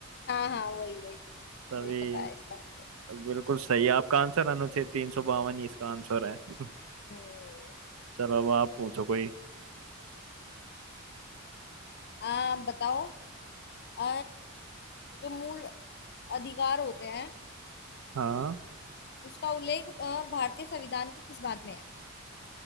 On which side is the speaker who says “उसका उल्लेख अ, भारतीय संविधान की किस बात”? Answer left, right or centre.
Left